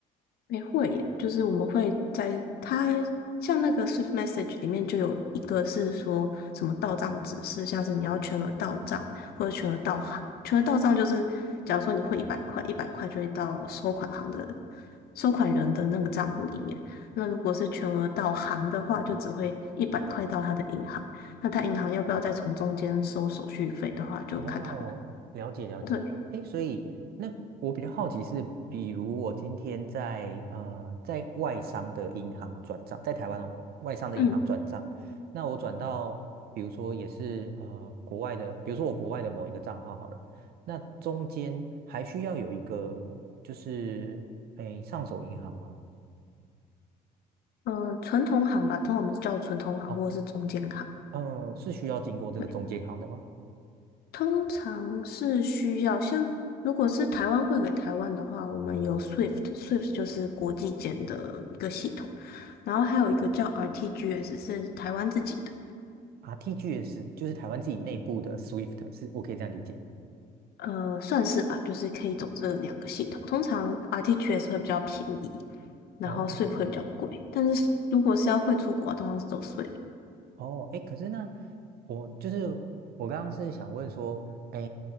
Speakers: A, on the left (about 65°); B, on the right (about 65°).
A: 没会耶，就是我们会在它像那个 Swift Message 里面就有一个是说什么到账指示，像是你要全额到账或者全额到行。全额到账就是，假如说你汇一百块，一百块就会到收款行的收款人的那个账户里面。那如果是全额到行的话，就只会一百块到他的银行。那他银行要不要再从中间收手续费的话，就看他们。
B: 哦，了解了解。
A: 对，
B: 诶，所以那我比较好奇是，比如我今天在呃在外商的银行转账，在台湾哦，外商的银行转账，
A: 嗯，
B: 那我转到比如说也是呃国外的，比如说我国外的某一个账号好了，那中间还需要有一个就是诶上手银行吗？
A: 呃，纯同行吧，通常我们是叫纯同行或者是中间行。
B: 哦，嗯，是需要经过这个中间行的吗
A: 对。通常是需要，像如果是台湾汇给台湾的话，我们有 SWIFT，SWIFT 就是国际间的一个系统，然后还有一个叫 RTGS 是台湾自己的，
B: ？RTGS 就是台湾自己内部的 SWIFT，是我可以这样理解。
A: 呃，算是吧，就是可以走这两个系统。通常 RTGS 会比较便宜，然后
B: 哦，
A: SWIFT 会比较贵，但是如果是要汇出国，通常是走 SWIFT。
B: 哦，哎，可是呢，我就是我刚刚是想问说，哎，